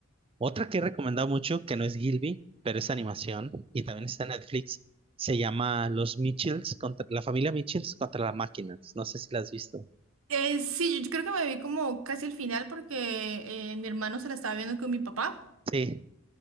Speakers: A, on the right; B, on the right.
A: Otra que he recomendado mucho, que no es Gilby, pero es animación y también está en Netflix, se llama Los Mitchells contra la familia Mitchells contra las máquinas. No sé si la has visto.
B: Eh, sí, yo creo que me vi como casi el final porque eh, mi hermano se la estaba viendo con mi papá.
A: Sí,